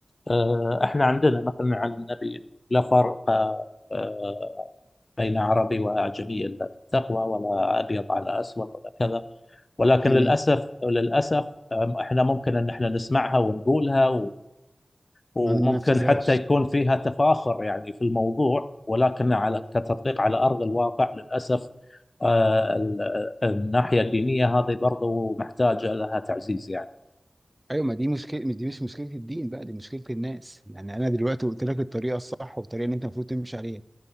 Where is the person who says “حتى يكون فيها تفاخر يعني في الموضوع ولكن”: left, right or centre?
Left